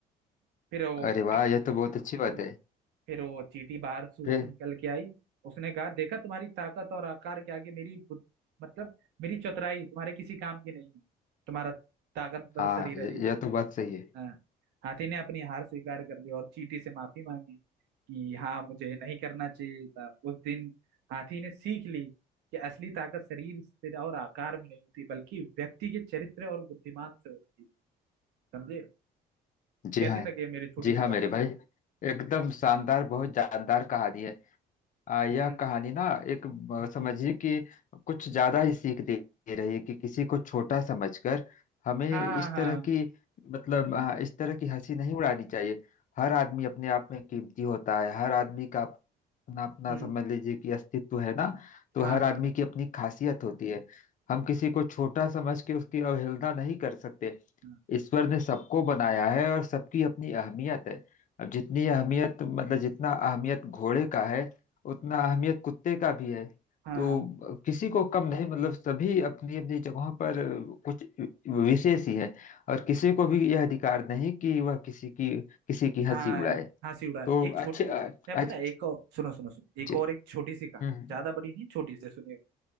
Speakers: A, on the right; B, on the left.
A: फिर वो
B: अरे
A: अब
B: वाह यह तो बहुत अच्छी बात
A: हम्म।
B: है
A: फिर वो चींटी बाहर सूर
B: फिर
A: से निकल के आई उसने कहा देखा तुम्हारी ताकत और आकार के आगे मेरी बुद- मतलब मेरी चतुराई तुम्हारे किसी काम की नहीं है तुम्हारा ताकतवर
B: हाँ
A: शरीर
B: य-
A: अरे
B: यह तो बात सही है
A: हाँ हाथी ने अपनी हार स्वीकार कर ली और चींटी से माफी मांगी कि हाँ मुझे नहीं करना चाहिए था उस दिन हाथी ने सीख ली कि असली ताकत शरीर से और आकार में नहीं होती बल्कि व्यक्ति के चरित्र और बुद्धिमान से होती है समझे
B: जी
A: कैसी
B: हाँ
A: लगी है मेरी छोटी
B: जी हाँ
A: सी कहानी
B: मेरे भाई एकदम शानदार बहुत जानदार कहानी है आ, यह
A: हम्म
B: कहानी ना एक अ, समझिए कि कुछ ज्यादा ही सीख दे दे रही है कि किसी को छोटा समझकर हमें
A: हाँ
B: इस
A: हाँ
B: तरह की मतलब अ, इस तरह की हंसी नहीं उड़ानी चाहिए हर आदमी अपने आप में कीमती होता है हर आदमी का अपना अपना
A: हम्म
B: समझ लीजिए कि अस्तित्व है ना तो
A: हाँ
B: हर आदमी
A: हाँ
B: की अपनी खासियत होती है हम किसी को छोटा समझ के उसकी अवहेलना नहीं कर सकते
A: हाँ
B: ईश्वर ने सबको बनाया है और सबकी अपनी अहमियत है अब जितनी अहमियत मतलब जितना अहमियत घोड़े का है उतना अहमियत कुत्ते का भी है
A: हाँ
B: तो किसी को कम नहीं मतलब सभी अपनी अपनी जगहों पर कुछ विशेष ही है और किसी को भी यह अधिकार नहीं कि वह किसी की किसी की हंसी
A: हाँ
B: उड़ाए
A: हाँ सिउड़ा है।
B: तो
A: एक छोटी
B: अच्छे
A: मैं पता
B: आज
A: है एक और सुनो सुनो सुनो एक
B: जी
A: और
B: हम्म
A: एक छोटी सी कहानी
B: हम्म,
A: ज्यादा बड़ी नहीं छोटी सी सुनिएगा